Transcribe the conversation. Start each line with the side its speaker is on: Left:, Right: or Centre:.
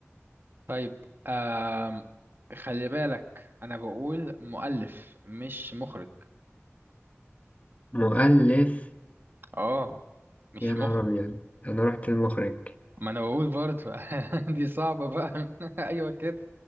Right: طيب آم خلي بالك انا بقول مؤلف مش مخرج
Left: مؤلف
Right: اه مش
Left: يا نهار
Right: مخرج
Left: أبيض أنا رحت المخرج
Right: ما انا بقول برضه <laughs> دي صعبة بقى <laughs> ايوه كده